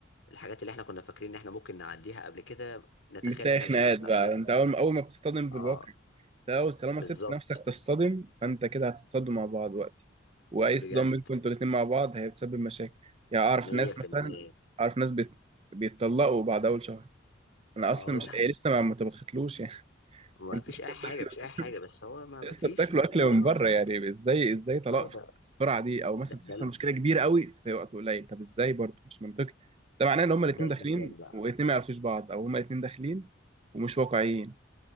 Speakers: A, on the left; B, on the right.
A: الحاجات اللي احنا كنا فاكرين ان احنا ممكن نعديها قبل كده نتخيل
B: بتلاقي
A: ان احنا
B: خناقات
A: مش هنعرف نعديها
B: بقى
A: في
B: انت
A: الجواز
B: اول اول ما بتصطدم بالواقع
A: اه
B: لو طالما
A: بالظبط
B: سبت نفسك تصطدم فانت كده هتتصدموا مع بعض وقتي واي
A: بجد
B: اصطدام بينكم انتوا الاتنين مع بعض هيتسبب مشاكل يعني اعرف
A: 100%
B: ناس مثلا اعرف ناس بيت... بيتطلقوا بعد اول شهر انا اصلا
A: اه
B: مش
A: دي حقيقة
B: إيه لسه ما ما تبختلوش يعني <laughs>
A: ما
B: انت
A: فيش
B: لسه
A: اي حاجة
B: بتاكلوا
A: مش اي حاجة بس هو ما
B: لسه
A: ما فيش
B: بتاكلوا
A: ما
B: اكل
A: وده
B: من بره
A: ولا
B: يعني ازاي ازاي طلاق
A: هو ده
B: في السرعه دي او مثلا
A: ده
B: بتحصل
A: ده, ال-
B: مشكله كبيره قوي في وقت قليل طب ازاي برضه مش منطقي ده معناه ان هما الاتنين
A: ده المثال
B: داخلين
A: بقى
B: والاتنين ما يعرفوش بعض او هما الاتنين داخلين ومش واقعيين